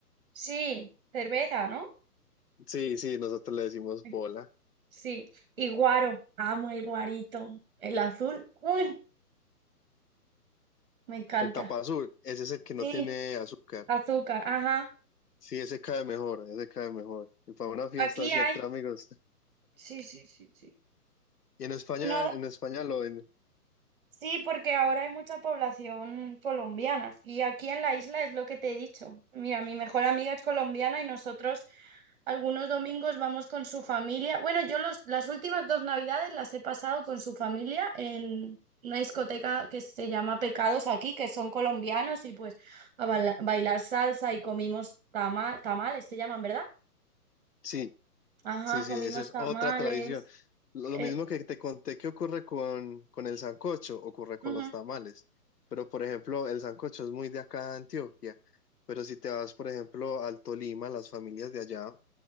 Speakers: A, on the right; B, on the left.
A: Sí, cerveza, ¿no?
B: Sí, sí, nosotros le decimos
A: Sí.
B: pola.
A: sí. Y guaro, amo el guarito. El azul, uy, me encanta.
B: El tapa azul, ese es el que no
A: Sí,
B: tiene azúcar.
A: azúcar, ajá.
B: Sí, ese cae mejor, ese cae mejor. Y para una fiesta
A: Aquí
B: así
A: hay.
B: entre amigos.
A: Sí, sí, sí, sí.
B: Y en España,
A: No
B: en España lo ven.
A: Sí, porque ahora hay mucha población colombiana y aquí en la isla es lo que te he dicho. Mira, mi mejor amiga es colombiana y nosotros algunos domingos vamos con su familia. Bueno, yo los, las últimas dos navidades las he pasado con su familia en una discoteca que se llama Pecados aquí, que son colombianos y pues a baila- bailar salsa y comimos tama- tamales, se llaman, ¿verdad?
B: Sí,
A: Ajá,
B: sí, sí,
A: comimos
B: esa es
A: tamales.
B: otra tradición. Lo,
A: eh,
B: lo mismo que te conté que ocurre con, con el sancocho, ocurre con
A: ujú,
B: los tamales. Pero, por ejemplo, el sancocho es muy de acá de Antioquia. Pero si te vas, por ejemplo, al Tolima, las familias de allá